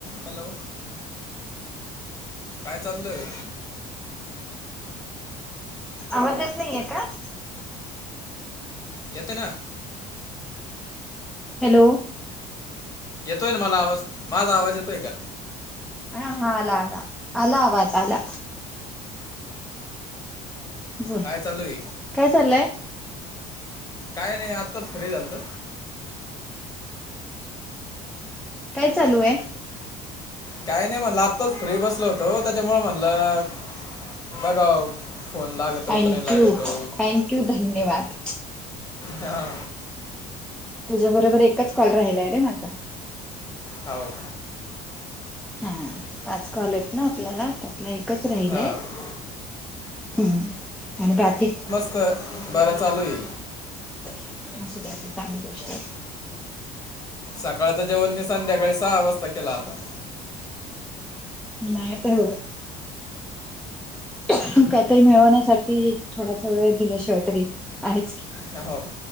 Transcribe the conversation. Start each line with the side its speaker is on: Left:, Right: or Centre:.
Left: Hello. काय चालय?
Centre: आवाज येत नाहीेये का?
Left: येते ना.
Centre: हॅलो.
Left: येतोय ना मला आवाज. माझा आवाज येतोय का?
Centre: हा हा आला आला. आला आवाज आला. बोल.
Left: काय चालूये?
Centre: काय चाललंय
Left: काय नाही आत्ताच फ्री झालतो.
Centre: काय चालूये?
Left: काही नाही म्हणलं. आत्ताच फ्री बसलो होतो. त्याच्यामु म्हणलं बगाव. फोन लागेतो
Centre: थँक्यू
Left: का? नाही लागतो.
Centre: थँक्यू धन्यवाद.
Left: ह.
Centre: तुझ्या बरोबर एकच कॉल राहिलाय रे. माझा.
Left: हाव.
Centre: हा. पाच कॉलेत ना. आपल्याला आता. एकच राहिलाय.
Left: हां
Centre: ह. आणि बाकी
Left: तर बरं चालूये.
Centre: असूद्या, असूद्या, चांगली गोष्टय.
Left: सकाळचं जेवण मी. संध्याकाळी सहा वाजता केल. आता.
Centre: नाहीयेत हो. काहीतरी मिळवण्यासाठी. थोडासा वेळ दिल्याशिवाय तरी. आहेच की.
Left: ह हो.